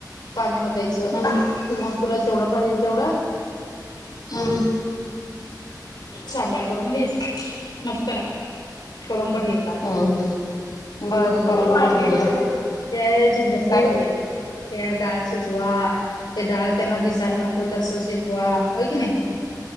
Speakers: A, on the left (about 80°); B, on the left (about 60°).
A: पाणी ओतायचं
B: हम्म
A: किंवा तुला जेवढं पाहिजेल तेवढं
B: हम्.
A: सांबार करून घ्यायच, मस्त लागतं करून बघ एकदा.
B: हम हम. बरं करून बघते एकदा.
A: त्या झंझटले
B: काय
A: होते त्या डाळ शिजवा ते डाळ त्यांना दिसायला नको को तसं शिजवा होय की नाही?